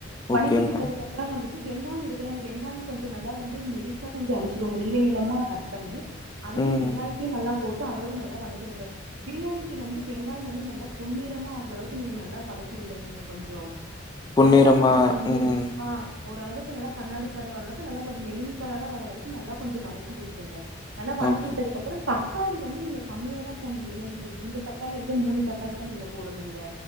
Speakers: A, on the right; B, on the left.
A: வணக்கி
B: ஓகேங்க.
A: விட்டதுகப்புறோ வந்துட் இ வெங்காய் இருக்குல்லங்க வெங்காய் கொஞ்ச நல்லா வந்து மெலிசா கொஞ்சோ அரிச்சுக்கோங்க நீள நீளமா கட் பண்ணி அதையும்
B: ம்.
A: வெங்காயத்தையும் நல்லா போட் ட்டு அதோட நல்ல வணிக் கிங்க பிரியாணிக்கு வந்து வெங்காய வந்து நல்லா பொன்னிறமா ஆகுறளவுக்கு நீங்க நல்லா வதக்கி விடணுங்க கொஞ்சோ
B: பொன்னிறமா
A: நல்லா வந்து வணங்கிரும்மா
B: ம்.
A: ஓரளவுக்கு நல்லா கண்ணாடி பத வரளவுக்கு நல்லா ஒர் மெருன் கலரா வர வரைக்கு நல்லா கொஞ்சோ வணக்கி விட்ருங்க நல்லா வணக்கி
B: ஓகே.
A: விட்டதுக்குப்புறம் தக்காளி வந்து நீங்க கம்மியா தான் பொண்ணு பிரியாணிக்கு ஒரு ரெண்டு தக்காளி அல்லது மூணு தக்காளி தான் நீங்க போடும்ணுங்க